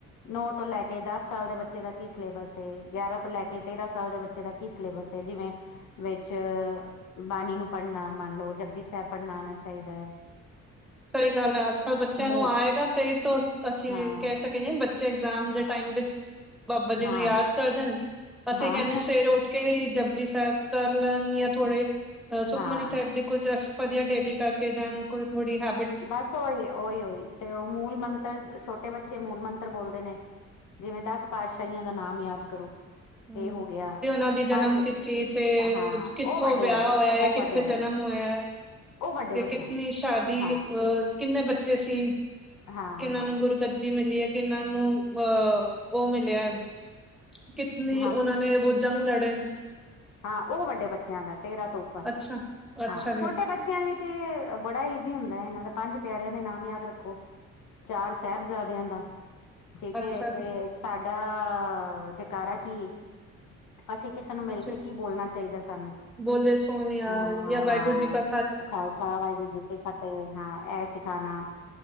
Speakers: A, on the left; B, in the centre.
A: ਨੌ ਤੋਂ ਲੈ ਕੇ ਦਸ ਸਾਲ ਦੇ ਬੱਚੇ ਦਾ ਕੀ ਸਿਲੇਬਸ ਹੈ। ਗਿਆਰਾਂ ਤੋਂ ਲੈ ਕੇ ਤੇਰਾਂ ਸਾਲ ਦੇ ਬੱਚੇ ਦਾ ਕੀ ਸਿਲੇਬਸ ਹੈ। ਜਿਵੇਂ- ਵਿੱਚ ਬਾਣੀ ਨੂੰ ਪੜ੍ਹਨਾ ਮੰਨ ਲਓ। ਜਪਜੀ ਸਾਹਿਬ ਪੜ੍ਹਨਾ ਆਉਣਾ ਚਾਹੀਦਾ ਹੈ।
B: ਸਹੀ ਗੱਲ ਹੈ। ਅੱਜ ਕੱਲ੍ਹ ਬੱਚਿਆਂ
A: ਮੂਲ
B: ਨੂੰ ਆਏਗਾ ਤੇਹੀ ਤੋਂ ਅਸੀਂ
A: ਹਾਂ,
B: ਵੀ ਕਹਿ ਸਕਦੇ ਕਈ ਬੱਚੇ ਇਗਜ਼ਾਮ ਦੇ ਟਾਈਮ ਵਿੱਚ ਬਾਬਾ ਜੀ
A: ਹਾਂ,
B: ਨੂੰ ਯਾਦ ਕਰ ਦੇਣ। ਅਸੀਂ
A: ਹਾਂ,
B: ਕਹਿੰਦੇ-ਸਵੇਰ ਉੱਠ ਕੇ ਜਪਜੀ ਸਾਹਿਬ ਕਰ ਲੇਣ ਜਾਂ ਥੋੜੇ ਅਹ ਸੁਖਮਨੀ
A: ਹਾਂ।
B: ਸਾਹਿਬ ਦੇ ਕੁਝ ਅਸ਼ਪਦੀਆਂ ਡੇਲੀ ਕਰਕੇ ਜਾਨ ਕੋਈ ਥੋੜੀ ਹ
A: ਬਸ ਓਹੀ ਏ, ਓਹੀ ਈ, ਓਈ ਤੇ ਉਹ ਮੂਲ- ਮੰਤਰ, ਛੋਟੇ ਬੱਚੇ ਮੂਲ-ਮੰਤਰ ਬੋਲਦੇ ਨੇ ਜਿਵੇਂ-ਦਸ ਪਾਤਸ਼ਾਹੀਆਂ ਦਾ ਨਾਮ ਯਾਦ ਕਰੋ।
B: ਹਮ
A: ਇਹ ਹੋ ਗਿਆ।
B: ਤੇ ਉਹਨਾਂ ਦੀ ਜਨਮ
A: ਪੰਜ
B: ਤਿਥੀ ਤੇ
A: ਹਾਂ
B: ਕਿੱਥੋਂ
A: ਉਹ ਵੱਡਿਆਂ
B: ਵਿਆਹ
A: ਦੇ
B: ਹੋਇਐਯ
A: ਉਹ ਵੱਡੇ
B: ਉਥੇ
A: ਆਲੇ
B: ਜਨਮ ਹੋਇਆ,
A: ਉਹ ਵੱਡੇ
B: ਕਿ
A: ਬੱਚਿਆਂ
B: ਕਿਤਨੀ
A: ਲਈ
B: ਸ਼ਾਦੀ
A: ਹਾਂ,
B: ਅ ਕਿੰਨੇ ਬੱਚੇ ਸੀ?
A: ਹਾਂ,
B: ਕਿਨਾਂ
A: ਹਾਂ,
B: ਨੂੰ ਗੁਰਗੱਦੀ ਮਿਲੀ ਹੈ? ਕਿਨਾਂ ਨੂੰ ਅਹ ਉਹ ਮਿਲਿਆ ਹੈ। ਕਿਤਨੀ
A: ਹਾਂ।
B: ਉਹਨਾਂ ਨੇ ਵੋ ਜੰਗ ਲੜੇ ।
A: ਹਾਂ, ਉਹ ਵੱਡੇ ਬੱਚਿਆਂ ਦਾ ਤੇਰਾਂ ਤੋਂ ਉੱਪਰ।
B: ਅੱਛਾ, ਅੱਛਾ
A: ਹਾਂ,
B: ਜੀ,
A: ਛੋਟੇ ਬੱਚਿਆਂ ਲਈ ਤੇ ਬੜਾ ਈਜ਼ੀ ਹੁੰਦਾ ਹੈ ਇਹਨਾਂ ਦਾ। ਪੰਜ ਪਿਆਰਿਆਂ ਦੇ ਨਾਮ ਯਾਦ ਰੱਖੋ। ਚਾਰ ਸਾਹਿਬਜ਼ਾਦਿਆਂ ਦਾ। ਠੀਕ
B: ਅੱਛਾ
A: ਏ, ਤੇ
B: ਜੀ,
A: ਸਾਡਾ ਜੇਕਾਰਾ ਕੀ ਅਸੀਂ ਕਿਸੇ ਨੂੰ ਮਿਲ
B: ਅੱਛਾ।
A: ਕੇ ਕੀ ਬੋਲਣਾ ਚਾਹੀਦਾ ਸਾਨੂੰ
B: ਬੋਲੇ ਸੋਨਿਆ
A: ਹਾਂ।
B: ਜਾਂ ਵਾਹਿਗੁਰੂ
A: ਹਾਂ।
B: ਜੀ ਕਾ
A: ਖਾਲਸਾ ਵਾਹਿਗੁਰੂ ਜੀ ਕੀ ਫਤਿਹ। ਹਾਂ ਇਹ ਸਿੱਖ । ਖਾਣਾ।